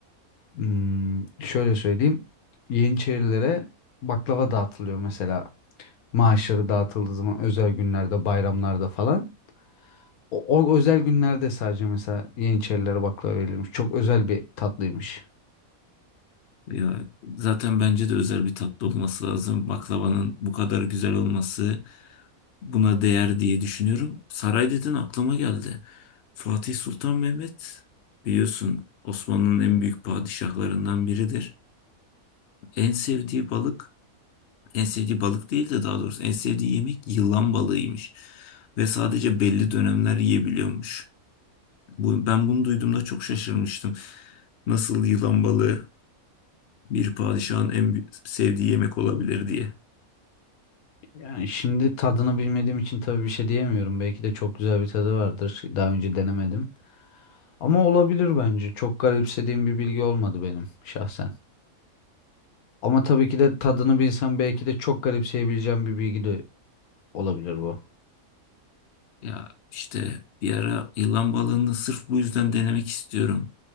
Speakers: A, on the left (about 80°); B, on the left (about 60°).
A: hmm, şöyle söyleyeyim. Yeniçerilere baklava dağıtılıyor mesela. Maaşları dağıtıldığı zaman özel günlerde, bayramlarda falan. O, o özel günlerde sadece mesela Yeniçerilere baklava verilmiş. Çok özel bir tatlıymış.
B: Ya, zaten bence de özel bir tatlı olması lazım. Baklavanın bu kadar güzel olması buna değer diye düşünüyorum. Saray dedin aklıma geldi. Fatih Sultan Mehmet biliyorsun Osmanlı'nın en büyük padişahlarından biridir. En sevdiği balık En sevdiği balık değil de daha doğrusu en sevdiği yemek yılan balığıymış. Ve sadece belli dönemler yiyebiliyormuş. Bu, ben bunu duyduğumda çok şaşırmıştım. Nasıl yılan balığı bir padişahın en büyük- sevdiği yemek olabilir diye.
A: Yani şimdi tadını bilmediğim için tabii bir şey diyemiyorum. Belki de çok güzel bir tadı vardır. Daha önce denemedim. Ama olabilir bence. Çok garipsediğim bir bilgi olmadı benim şahsen. Ama tabii ki de tadını bilsem belki de çok garipseyebileceğim bir bilgi de olabilir bu.
B: Ya işte bir ara yılan balığını sırf bu yüzden denemek istiyorum.